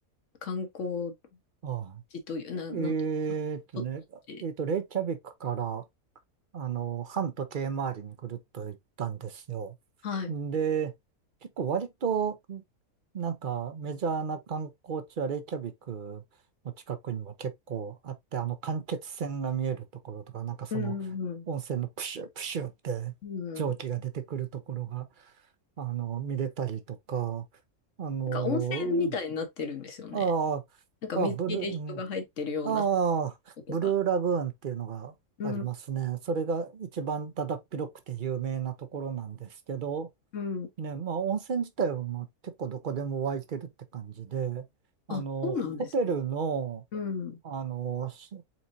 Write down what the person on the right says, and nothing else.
ああ
えーっとね、
えーっと、レイキャビックから、あの、反時計回りにぐるっと行ったんですよ。
で、結構割と、なんかメジャーな観光地はレイキャビクの近くにも結構あって、あの間欠泉が見えるところとか、なんかその温泉のプシュプシュって蒸気が出てくるところが、
あの、見れたりとか、あの、
あ
あ、あブルー、うんああ、
ブルーラグーンっていうのがありますね。
それが一番だだっ広くて有名なところなんですけど、
ね、まあ温泉自体はまあ結構どこでも湧いてるって感じで、あの、
ホテルの、
あの、シシ